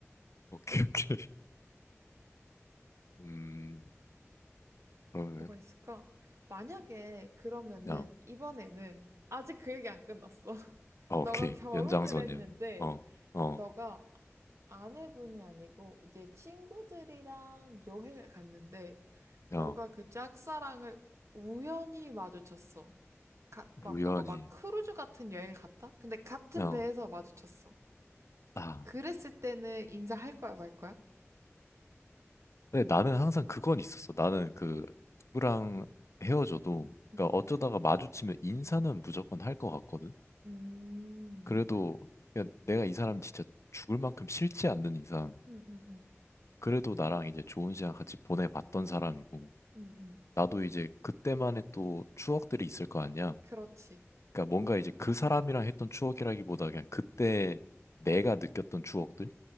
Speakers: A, on the left; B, on the right.
A: 오케이 오케이. 음. 그러면
B: 뭐가 있을까? 만약에 그러면은
A: 어.
B: 이번에는 아직 그 얘기 안 끝났어. <laughs>
A: 아 오케이.
B: 너가 결혼을
A: 연장선이야.
B: 했는데
A: 어. 어.
B: 너가 아내분이 아니고 이제 친구들이랑 여행을 갔는데
A: 어.
B: 너가 그 짝사랑을 우연히 마주쳤어. 가,
A: 무연히.
B: 막 너가 막 크루즈 같은 여행을 갔다? 근데 같은
A: 어.
B: 배에서 마주쳤어.
A: 아.
B: 그랬을 때는 인사할 거야, 말 거야?
A: 근데 나는 항상 그건 있었어. 나는 그 누구랑 헤어져도
B: 응.
A: 그러니까 어쩌다가 마주치면 인사는 무조건 할 것 같거든.
B: 음.
A: 그래도 그냥 내가 이 사람 진짜 죽을 만큼 싫지 않는 이상
B: 응, 응, 응.
A: 그래도 나랑 이제 좋은 시간 같이 보내봤던 사람이고
B: 응, 응.
A: 나도 이제 그때만의 또 추억들이 있을 거 아니야.
B: 그렇지.
A: 그러니까 뭔가 이제 그 사람이랑 했던 추억이라기보다 그냥 그때 내가 느꼈던 추억들.